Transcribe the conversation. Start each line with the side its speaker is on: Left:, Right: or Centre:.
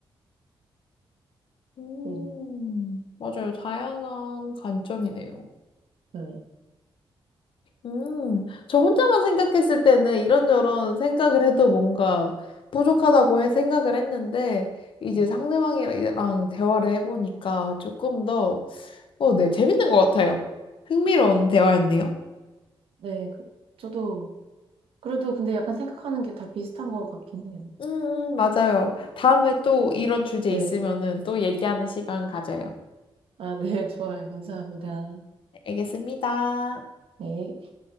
Left: 음,
Right: 음,
Left: 맞아요. 다양한 관점이네요.
Right: 네.
Left: 음, 저 혼자만 생각했을 때는 이런저런 생각을 해도 뭔가 부족하다고 해- 생각을 했는데, 이제
Right: 어.
Left: 상대방이랑 대화를 해보니까 조금 더, 어, 네, 재밌는 것 같아요. 흥미로운 대화였네요.
Right: 네, 그, 저도 그래도 근데 약간 생각하는 게 다 비슷한 것 같긴 해요.
Left: 음, 음, 맞아요.
Right: 그,
Left: 다음에 또 이런 주제
Right: 네,
Left: 있으면은 또 얘기하는 시간 가져요.
Right: 아, 네, <laughs> 좋아요. 감사합니다.
Left: 알겠습니다.
Right: 네.